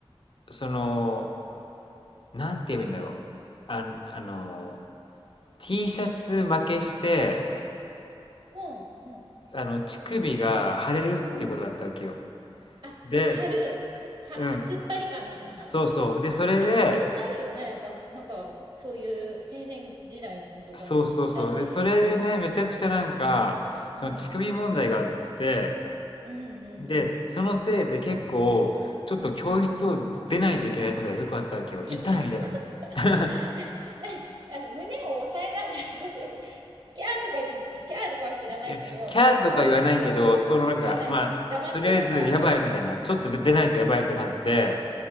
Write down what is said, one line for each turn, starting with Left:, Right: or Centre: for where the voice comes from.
Left: その、なんて言えばいいんだろう。あ、あのー T シャツ負けして、
Right: ほん、ほん、
Left: あの、乳首が腫れるっていうことがあったわけよ。
Right: うん。あ、
Left: で、
Right: 貼る。は、
Left: うん、
Right: は、突っ張り感みたいな
Left: そうそう。で、それで、
Right: あ、それってあるよね。が、なんか、そういう青年時代とかに、
Left: そうそうそう。
Right: 男女ともに。
Left: で、それでね、
Right: うん、
Left: めちゃくちゃなんか、
Right: うん、
Left: その乳首問題があって、
Right: うん、うん、
Left: で、そのせいで結構、ちょっと教室を出ないといけないことがよくあったわけよ。
Right: うん。うん。
Left: 痛いみたいな。
Right: ちょ、どういうこと
Left: <laughs>
Right: <laughs> ね、ね、あの、胸を押さえながら、そう、キャーとか言って、キャーとかは知らないけど、
Left: いや、キャーとか言わないけど、
Right: なんかその、
Left: そのなんか、
Right: 言わない言わない。
Left: まあ、
Right: 黙ってなんか、
Left: とりあえずやばいみたいな、
Right: ちょ、
Left: ちょっとで出ないとやばいとなって、